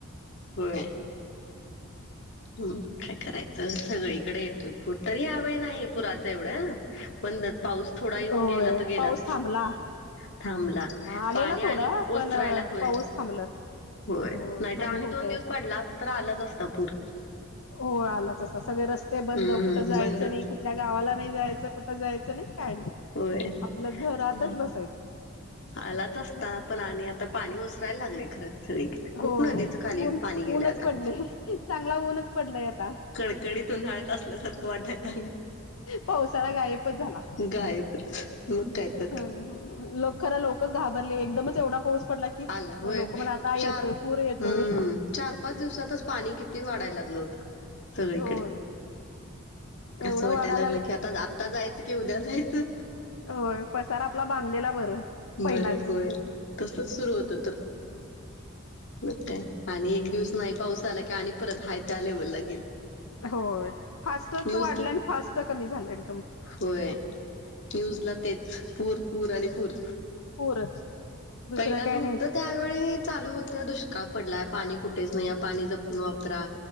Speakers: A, on the left (about 55°); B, on the left (about 80°).
A: होय ह् काय करायचं सगळीकडे येत तरी या्यावेळी नाही पुराच एवढं ना बण पाऊस थोडा येऊन
B: होय
A: गेला तरो गेलाच
B: पाऊस थांबला
A: थांबला
B: आलेला
A: पाणी
B: थोडा
A: आणि
B: पण
A: ओसरायला होय
B: पाऊस थांबला
A: होय
B: हो
A: नाहीतर
B: कमी
A: आणि
B: होतय
A: दोन दिवस
B: आता
A: पडला तर आलाच असता पूर
B: हो आलाच असता सगळे रस्ते बंद
A: हम्म
B: कुठं जायचं
A: बंदच
B: नाही कुठल्या गावाला नाही जायचं कुठं जायचं नाही काय नाही
A: होय
B: आपलं घरातच
A: नाही
B: बसायचं
A: आलाच असता पण आणि आता पाणी ओसरायला लागले खरं स खूप
B: होय
A: नदीचं खाली
B: ऊन
A: पाणी गेलं
B: ऊनच
A: आता
B: पडलंय चांगला ऊनच पडलंय आता
A: कडकडीत उन्हाळत असल्यासारखं वाटायला आगले
B: पावसाला गायबच झाला
A: गायबच मग काय तर
B: ह ल खर लोक घाबरले एकदमच एवढा पाऊस पडला की
A: आला होय
B: मग लोक म्हणा आता
A: चार
B: येतोय पूर येतोय
A: हम्म चार पाच दिवसातच पाणी कि वाढायला लाग नव्हत सगळीकडे
B: होय एवढं
A: असं वाटायला
B: वाढायला
A: लागलं की आता आत्ता जायचं कि उद्या जायचं
B: की होय पसार आपला बांधलेला बरं पहिलाच
A: बरं होय तसच सुरू होतं तर मग काय आणि एक दिवस नाही पाऊस आला की आणि परत हाय त्या लेव्हलला गेले
B: होय फास्टच
A: न्यूजला
B: वाढलं आणि फास्ट कमी झालं एकदम
A: होय न्यूजला तेच पूर पूर आणि पूर
B: पूरच दुसरं
A: पहिला
B: काय
A: नव्हतं
B: नाही
A: त्यावेळी चालू होतं दुष्काळ पडलाय पाणी कुठेच नाही पाणी ज पण वापरा